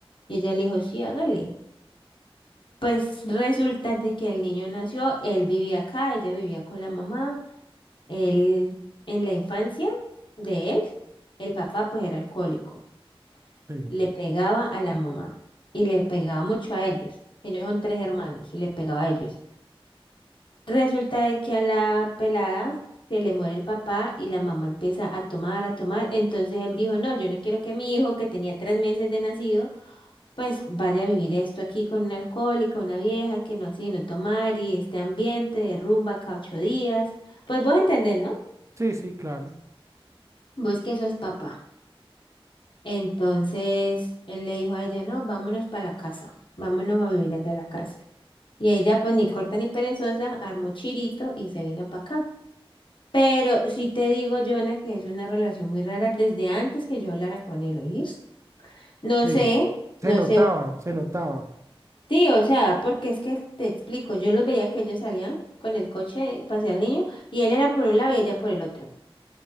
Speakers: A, on the left (about 55°); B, on the right (about 30°).
A: Y ella le dijo, sí, hágale. Pues resulta de que el niño nació, él vivía acá, ella vivía con la mamá, él en la infancia de él, el papá pues era alcohólico,
B: Sí.
A: le pegaba a la mamá y le pegaba mucho a ellos. Ellos son tres hermanos y le pegaba a ellos. Resulta de que a la pelada se le muere el papá y la mamá empieza a tomar, a tomar. Entonces él dijo, no, yo no quiero que mi hijo, que tenía tres meses de nacido, pues vaya a vivir esto aquí con una alcohólica, una vieja que no hace no tomar y este ambiente de rumba cada ocho días. Pues vos entendés, ¿no?
B: Sí, sí, claro.
A: Vos que sos papá. Entonces él le dijo a ella, no, vámonos para la casa, vámonos a vivir desde la casa. Y ella, pues ni corta ni perezosa, armó chirito y se vino para acá. Pero sí te digo, Jonah, que es una relación muy rara desde antes que yo hablara con él, ¿oíste? No
B: Sí.
A: sé, no
B: Se notaba,
A: sé.
B: se notaba.
A: Sí, o sea, porque es que te explico, yo los veía que ellos salían con el coche, pasé al niño, y él era por un lado y ella por el otro.